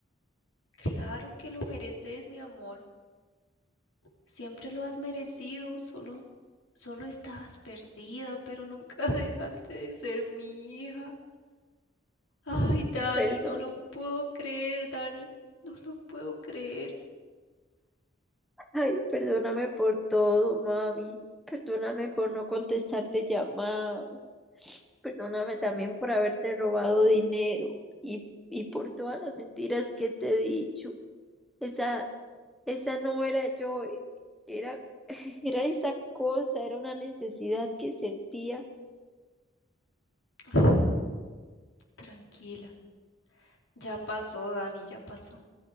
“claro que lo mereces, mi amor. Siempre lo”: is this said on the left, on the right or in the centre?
Left